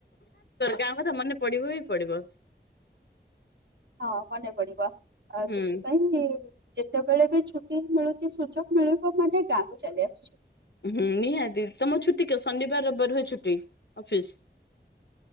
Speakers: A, on the left (about 65°); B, on the right (about 70°).
A: ଗାଁ କଥା ମନେ ପଡିବ ହିଁ ପଡିବ।
B: ହଁ ମନେ ପଡିବ ଆଉ
A: ହୁଁ।
B: ସେଥିପାଇଁ ଯେତେବେଳେ ବି ଛୁଟି ମିଳୁଛି ସୁଯୋଗ ମିଳିବ ମାନେ ଗାଁକୁ ଚାଲି ଆସୁଛି।
A: ହୁଁ ନିହାତି ତମ ଛୁଟି କେ ଶନିବାର ରବିବାର ହୁଏ ଛୁଟି ଅଫିସ୍?